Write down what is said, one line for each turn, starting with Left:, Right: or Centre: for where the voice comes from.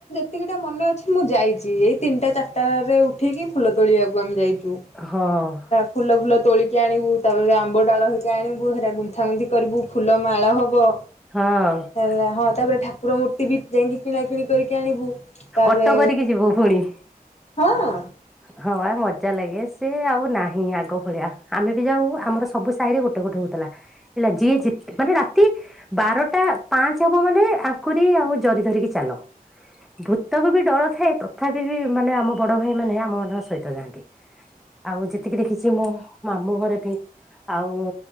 Left: ଏତିକିଟା ମନେ ଅଛି, ମୁଁ ଯାଇଛି। ଏଇ ତିନିଟା ଚାରିଟାରେ ଉଠିକି ଫୁଲ ତୋଳିବାକୁ ଆମେ ଯାଇଛୁ।
Centre: ହଁ।
Left: ଫୁଲ ଫୁଲ ତୋଳିକି ଆଣିବୁ। ତା'ପରେ ଆମ୍ବ ଡାଳ ହେରିକା ଆଣିବୁ, ହେରା ଗୁନ୍ଥାଗୁନ୍ଥି କରିବୁ। ଫୁଲ ମାଳ ହବ।
Centre: ହଁ।
Left: ହେଲା ହଁ, ତା'ପରେ ଠାକୁର ମୂର୍ତ୍ତି ବି ଯାଇକି କିଣା କିିଣି କରିକି ଆଣିବୁ। ତା'ପରେ
Centre: ଅଟୋ କରିକି ଯିବୁ ପୁଣି
Left: ହଁ,
Centre: ହଁ, ବା ମଜା ଲାଗେ। ସେ ଆଉ ନାହିଁ ଆଗ ଭଳିଆ। ଆମେ ବି ଯାଉ, ଆମର ସବୁ ସାହିରେ ଗୋଟେ ଗୋଟେ ହଉଥିଲା। ହେଲା ଯିଏ ଯେତେ ମାନେ ରାତି ବାରଟା ପାଞ୍ଚ ହବ, ମାନେ ଆଙ୍କୁଡ଼ି ଆଉ ଜରି ଧରିକି ଚାଲ। ଭୂତକୁ ବି ଡର ଥାଏ। ତଥାପି, ବି ମାନେ ଆମ ବଡ ଭାଇ ମାନେ ଆମ ମାନଙ୍କ ସହିତ ଯାଆନ୍ତି। ଆଉ ଯେତିକି ଦେଖିଛି, ମୁଁ, ମାମୁଁ ଘରେ ବି ଆଉ